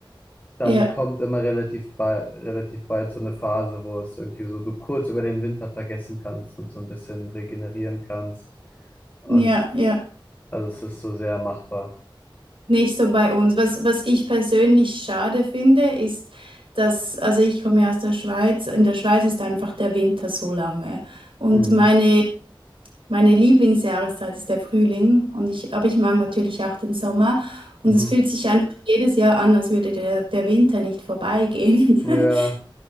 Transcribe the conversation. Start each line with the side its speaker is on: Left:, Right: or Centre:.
Left: dann
Right: ja,
Left: kommt immer relativ bald, relativ bald so eine Phase, wo es irgendwie so du kurz über den Winter vergessen kannst und so ein bisschen regenerieren kannst. Und
Right: ja, ja.
Left: also es ist so sehr machbar.
Right: Nicht so bei uns. Was, was ich persönlich schade finde, ist, dass, also ich komme ja aus der Schweiz, in der Schweiz ist einfach der Winter so lange. Und
Left: Mhm.
Right: meine, meine Lieblingsjahreszeit ist der Frühling. Und ich, aber ich mag natürlich auch den Sommer. Und
Left: Mhm.
Right: es fühlt sich einfach jedes Jahr an, als würde der, der Winter nicht vorbeigehen.
Left: Ja,
Right: <laughs>